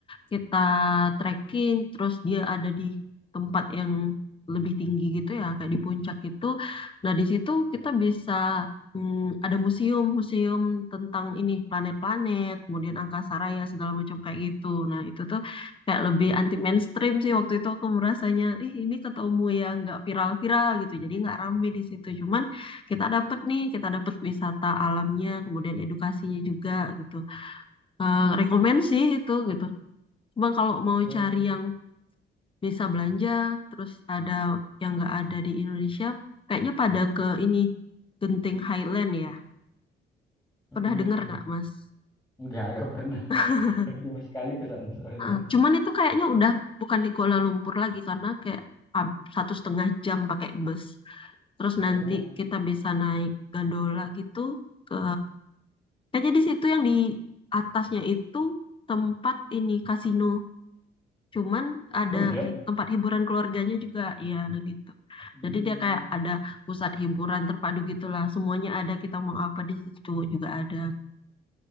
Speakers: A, on the left; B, in the centre.
A: Kita trekking, terus dia ada di tempat yang lebih tinggi gitu ya, kayak di puncak itu. Nah, di situ kita bisa mm, ada museum-museum tentang ini planet-planet, kemudian angkasa raya segala macam kayak gitu. Nah, itu tuh kayak lebih anti mainstream sih waktu itu aku merasanya ih ini ketemu yang nggak viral-viral gitu jadi nggak rame di situ cuman kita dapet nih kita dapet wisata alamnya kemudian edukasinya juga gitu Eh rekomen sih itu gitu cuma kalau mau
B: Oh.
A: cari yang bisa belanja terus ada yang nggak ada di Indonesia kayaknya pada ke ini Genting Highland ya
B: Mm-mm.
A: pernah dengar nggak Mas?
B: Nggak, nggak pernah. <laughs>
A: <laughs>
B: Tapi cuma sekali ke sana soalnya.
A: Heeh. Cuman itu kayaknya udah bukan di Kuala Lumpur lagi karena kayak ab- satu setengah jam pakai bus. Terus nanti
B: Oh,
A: kita bisa naik gondola gitu ke eh, jadi situ yang di atasnya itu tempat ini kasino. Cuman ada
B: oh iya.
A: hi- tempat hiburan keluarganya juga, ya, nah gitu.
B: Hmm.
A: Jadi dia kayak ada pusat hiburan terpadu gitulah. Semuanya ada kita mau apa di situ juga ada.